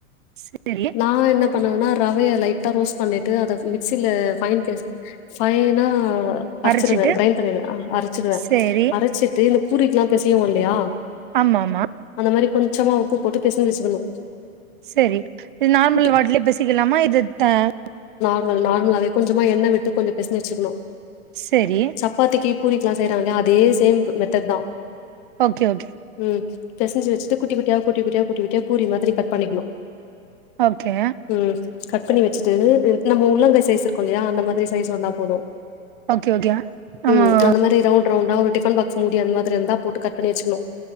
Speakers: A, on the right; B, on the left.
A: சேரி
B: நா என்ன பண்ணுவேனா ரவைய லைட்டா ரோஸ்ட் பண்ணிட்டு அத மிக்சில்ல ஃபைன் பேஸ் ஃபைனா அரைச்சிடுவே
A: அரச்சிட்டு
B: க்ரைண்ட் பண்ணிடுவே ஆ அரைச்சிடுவே
A: செரி
B: அரைச்சிட்டு இந்த பூரிக்குலா பெசைவோ இல்லையா
A: ஆமா ஆமா
B: அந்த மாரி கொஞ்சமா உப்பு போட்டு பெசஞ்சு வச்சுக்கணு
A: சரி இது நார்மல்
B: குட்டி
A: வார்ட்ல பேசிக்கலாமா இது தா <inaudible>
B: ஆமா நார்மலாவே கொஞ்சமா எண்ண விட்டு கொஞ்ச பெசஞ்சு வச்சிக்கணு
A: சரி
B: சப்பாத்திக்கு பூரிக்கெலா செய்றோலயா அதே சேம் மெத்தட் தா
A: ஓகே ஓகே
B: ம் பெசஞ்சு வச்சுட்டு குட்டி குட்டியா குட்டி குட்டியா குட்டி குட்டியா பூரி மாதிரி கட் பண்ணிக்கணு
A: ஓகே
B: ம் கட் பண்ணி வச்சுட்டு நம்ம உள்ளங்கை சைஸ் இருக்கு இல்லையா அந்த மாதிரி சைஸ் வந்தா போது
A: ஓகே ஓகே ஆமா
B: ம் அந்த மாரி ரவுண்ட் ரவுண்டா ஒரு டிஃபன் பாக்ஸ் மூடி அந்த மாதிரி இருந்தா போட்டு கட் பண்ணி வச்சுக்கணு